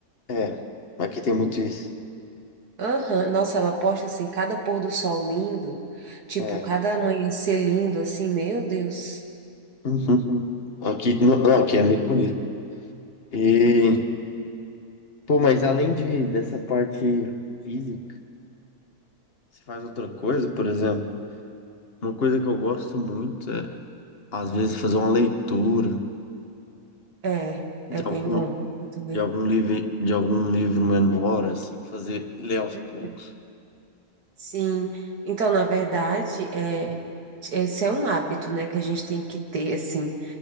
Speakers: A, on the left; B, on the right.
A: é. Aqui tem muito isso.
B: Aham, Nossa, ela posta, assim, cada pôr do sol lindo, tipo,
A: É.
B: cada amanhecer lindo, assim, meu Deus,
A: Uhum. Aqui, não, não, aqui é muito bonito. E, pô, mas além de, dessa parte física, você faz outra coisa, por exemplo, uma coisa que eu gosto muito é, às vezes, fazer uma leitura
B: é,
A: de
B: é bem
A: algum,
B: bom, eu também.
A: de algum livro, de algum livro menor, assim, fazer, ler aos
B: Uhum.
A: poucos.
B: Sim, então, na verdade, é, esse é um hábito, né, que a gente tem que ter, assim,